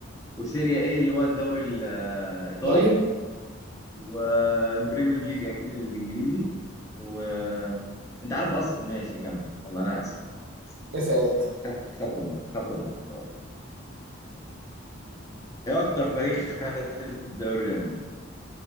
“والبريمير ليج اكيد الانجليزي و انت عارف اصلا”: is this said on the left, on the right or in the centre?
Left